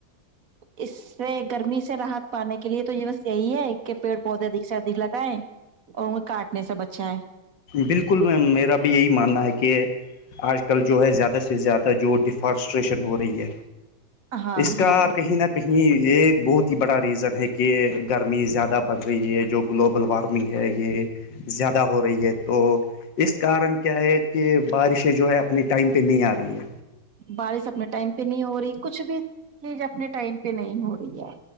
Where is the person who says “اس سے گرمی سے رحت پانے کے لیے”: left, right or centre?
Right